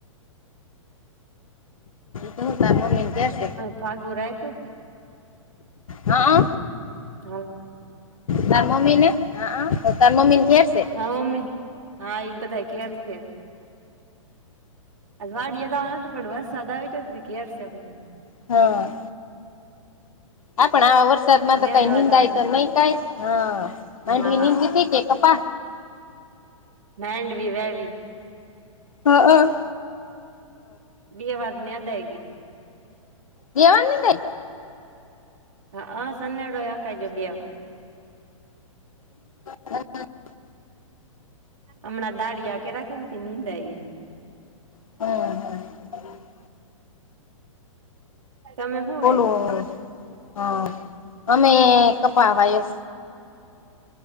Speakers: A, on the left; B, on the right.
A: શું તમો મિજયા છે.
B: ફાગું રાઈખુ.
A: હા
B: હા.
A: તાર મમ્મી ને હ અ તો તાર મમ્મી ન ઘેર સે.
B: હા હું મમ્મી હા ઈ બધા ઘેર છે. આજ વાડીયે જવાનું તું પણ વરસાદ આવી ગ્યો એટલે ઘેરસે બધા.
A: હા. આ પણ આવા વરસાદ માં તો
B: નેદવા
A: કઈ નિંદાય
B: જવાના
A: તો
B: હતા
A: નહી કાઈ માંડવી
B: હા
A: નીંદી તી કે કપા.
B: માંડવી વાઇવી.
A: હ અ હ.
B: બે વાર ની અદાયગી.
A: દેવાની થાય.
B: હ અ સન્યાડો અકાજો બે વાર.
A: <inaudible>
B: હમણાં દાડિયા કર્યા છે ને તો નિદાય ગઈ.
A: બરાબર
B: આ તમે હું વાયવું
A: ઓલું હા અમે કપા વાયા છે